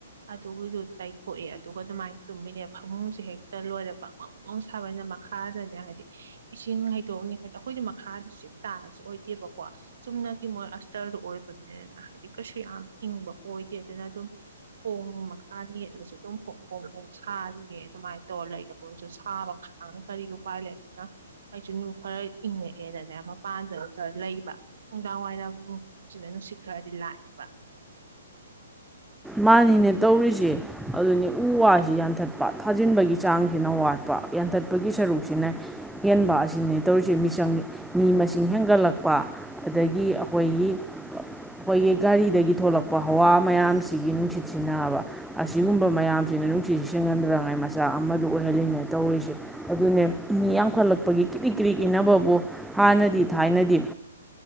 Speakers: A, on the right; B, in the centre.
A: ꯑꯗꯨꯒꯤꯗꯨ ꯇꯩꯊꯣꯛꯑꯦ ꯑꯗꯨꯒ ꯑꯗꯨꯃꯥꯏꯅ ꯇꯨꯝꯃꯤꯅꯦ ꯐꯃꯨꯡꯁꯨꯦ ꯍꯦꯛꯇ ꯂꯣꯏꯔꯦ ꯄꯥꯛꯃꯪꯃꯥꯡ ꯁꯥꯕꯅ ꯃꯈꯥꯗꯅꯦ ꯍꯥꯏꯗꯤ ꯏꯁꯤꯡ ꯍꯩꯗꯣꯛꯑꯅꯤ ꯍꯥꯏꯗꯤ ꯑꯩꯈꯣꯏꯅ ꯃꯈꯥꯗꯁꯨ ꯇꯥꯔꯁꯨ ꯑꯣꯏꯗꯦꯕꯀꯣ ꯆꯨꯝꯅꯒꯤ ꯃꯣꯏ ꯑꯁꯇꯔꯗꯨ ꯑꯣꯏꯕꯅꯤꯅꯅ ꯍꯥꯏꯗꯤ ꯀꯩꯁꯨ ꯌꯥꯝ ꯏꯪꯕ ꯑꯣꯏꯗꯦ ꯑꯗꯨꯅ ꯑꯗꯨꯝ ꯈꯣꯡ ꯃꯈꯥ ꯅꯦꯠꯂꯁꯨ ꯑꯗꯨꯝ ꯐꯣꯡ ꯐꯣꯡ ꯐꯣꯡ ꯁꯥꯔꯤꯅꯦ ꯑꯗꯨꯃꯥꯏꯅ ꯇꯧꯔ ꯂꯩꯔ ꯑꯩꯈꯣꯏꯁꯨ ꯁꯥꯕ ꯀꯔꯤꯒ ꯎ ꯄꯥꯏꯜ ꯂꯩꯦ ꯑꯗꯨꯅ ꯑꯩꯁꯨ ꯅꯨꯡ ꯈꯔ ꯏꯪꯉꯛꯑꯦꯅꯅꯦ ꯃꯄꯥꯟꯗ ꯈ ꯂꯩꯕ ꯅꯨꯡꯗꯥꯡ ꯋꯥꯏꯔꯝ ꯅꯨꯡ ꯁꯤꯅ ꯅꯨꯡꯁꯤꯠ ꯈꯔꯗꯤ ꯂꯥꯛꯑꯦꯕ
B: ꯃꯥꯅꯤꯅꯦ ꯇꯧꯔꯤꯁꯦ ꯑꯗꯨꯅꯤ ꯎ ꯋꯥꯁꯤ ꯌꯥꯟꯊꯠꯄ ꯊꯥꯖꯤꯟꯕꯒꯤ ꯆꯥꯡꯁꯤꯅ ꯋꯥꯠꯄ ꯌꯥꯟꯊꯠꯄꯒꯤ ꯁꯔꯨꯛꯁꯤꯅ ꯍꯦꯟꯕ ꯑꯁꯤꯅꯦ ꯇꯧꯔꯤꯁꯦ ꯃꯤꯆꯪ ꯃꯤ ꯃꯁꯤꯡ ꯍꯦꯟꯒꯠꯂꯛꯄ ꯑꯗꯒꯤ ꯑꯩꯈꯣꯏꯒꯤ ꯑꯩꯈꯣꯏꯒꯤ ꯒꯥꯔꯤꯗꯒꯤ ꯊꯣꯛꯂꯛꯄ ꯍꯋꯥ ꯃꯌꯥꯝꯁꯤ ꯁꯤꯒꯤ ꯅꯨꯡꯁꯤꯠ ꯁꯤꯖꯤꯟꯅꯕ ꯑꯁꯤꯒꯨꯝꯕ ꯃꯌꯥꯝꯁꯤꯅ ꯅꯨꯡꯁꯤꯠꯁꯤ ꯁꯤꯖꯤꯍꯟꯗꯅꯉꯥꯏ ꯃꯆꯥꯛ ꯑꯃꯗ ꯑꯣꯏꯍꯜꯂꯤꯉꯩ ꯇꯧꯔꯤꯁꯦ ꯑꯗꯨꯅꯦ ꯃꯤ ꯌꯥꯝꯈꯠꯂꯛꯄꯒꯤ ꯀ꯭ꯔꯤꯛ ꯀ꯭ꯔꯤꯛ ꯏꯅꯕꯕꯨ ꯍꯥꯟꯅꯗꯤ ꯊꯥꯏꯅꯗꯤ